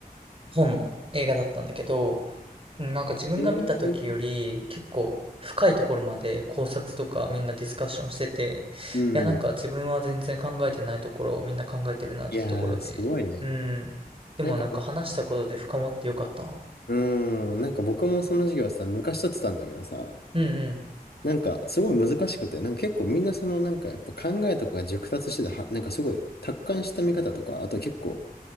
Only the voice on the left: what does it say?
えー、
うん。
いやー、すごいね。
なんか、うーん。なんか僕もその授業さ、昔取ってたんだけどさ、
なんかすごい難しくて、なんか結構みんなそのなんかやっぱ考えとかが熟達してて、は、なんかすごい達観した見方とか、あと結構